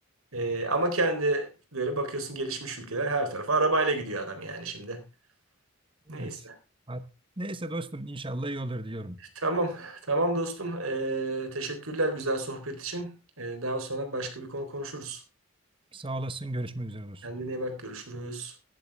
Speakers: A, on the right (about 85°); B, on the right (about 25°).
A: E, ama kendileri bakıyorsun gelişmiş ülkeler her tarafa arabayla gidiyor adam yani şimdi. Neyse.
B: Evet. Neyse dostum inşallah iyi olur diyorum.
A: Tamam. Tamam dostum. Ee, teşekkürler güzel sohbet için. Ee, daha sonra başka bir konu konuşuruz.
B: Sağ olasın görüşmek üzere dostum.
A: Kendine iyi bak. Görüşürüz.